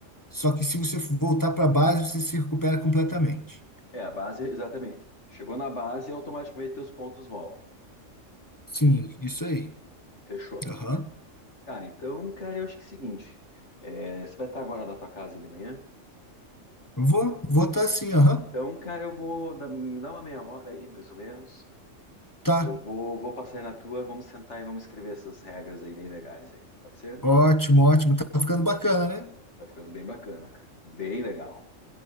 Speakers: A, on the left; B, on the left.
A: só que se você voltar para base, você se recupera completamente.
B: É, a base, exatamente. Chegou na base e automaticamente teus pontos voltam.
A: Sim, isso aí.
B: Fechou.
A: Aham.
B: Cara, então, cara, eu acho que é o seguinte. é, você vai estar agora na tua casa aí de manhã?
A: Vou, vou tá assim, aham.
B: Então, cara, eu vou dar, me dar uma meia hora aí, mais ou menos.
A: Tá.
B: Eu vou, vou passar aí na tua, vamos sentar e vamos escrever essas regras aí bem legais aí. Pode ser?
A: Ótimo, ótimo. Tá ficando bacana, né?
B: Tá ficando bem bacana, cara. Bem legal.